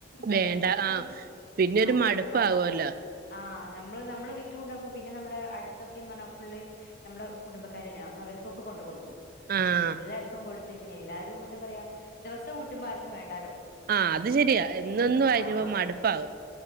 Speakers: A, on the left; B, on the right.
A: കഴിക്കാൻ
B: വേണ്ട
A: പറ്റത്തില്ല
B: ആഹ് പിന്നെ
A: ആഹ്
B: ഒരു
A: അതുപോലെ
B: മടുപ്പാകുവല്ലോ
A: വത്ത ആഹ് നമ്മള് നമ്മളെ വീട്ടിലുണ്ടാക്കും പിന്നെ നമ്മുടെ അടുത്തൊക്കെന്ന് പറഞ്ഞാൽ ഫുള്ള് നമ്മടെ കുടുംബക്കാരെനാ അപ്പൊ അവർക്കൊക്കെ കൊണ്ട് കൊടുക്കും
B: ആഹ്
A: എല്ലാർക്കും കൊടുത്ത് പിന്നെ എല്ലാരും എന്താ പറയാ ദിവസം കിട്ടുമ്പോ ആർക്കും വേണ്ടാലോ
B: ആഹ് അത് ശരിയാ
A: അപ്പ പിന്നെ
B: എന്നൊന്ന് വായിക്കുമ്പോ
A: ആഹ് അങ്ങനെക്കെ
B: മടുപ്പാകും